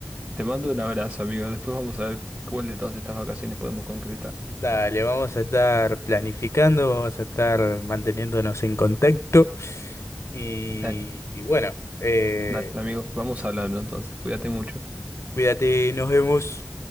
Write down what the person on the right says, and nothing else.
Te mando un abrazo, amigo. Después vamos a ver cuál de todas estas vacaciones podemos concretar.
Dale,
dale, amigo. Vamos hablando entonces. Cuídate mucho.